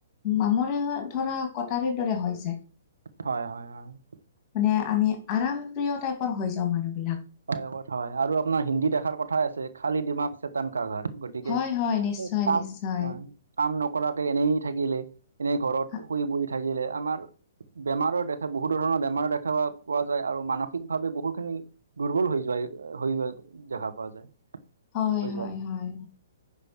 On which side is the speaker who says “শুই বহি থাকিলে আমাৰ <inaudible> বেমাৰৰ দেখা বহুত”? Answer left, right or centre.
Right